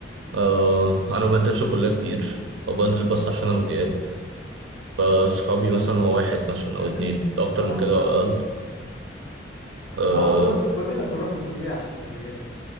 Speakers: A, on the right; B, on the left.
A: أه أنا ما بنزلش كلية كتير أو بنزل بس عشان الغياب فصحابي مثلا هو واحد مثلا أو
B: <laughs>
A: اتنين لو أكتر
B: اه
A: من كده
B: معك
A: أو أقل آه،
B: ما هو كل كلنا بنروح الكليه عشان الغياب